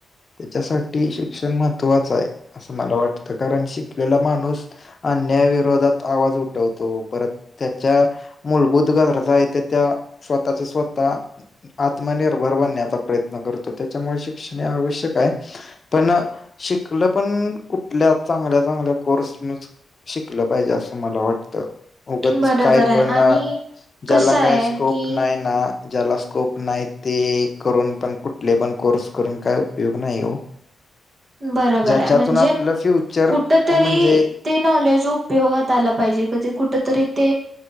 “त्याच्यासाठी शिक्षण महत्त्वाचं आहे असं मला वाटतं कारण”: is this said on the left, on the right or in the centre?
Left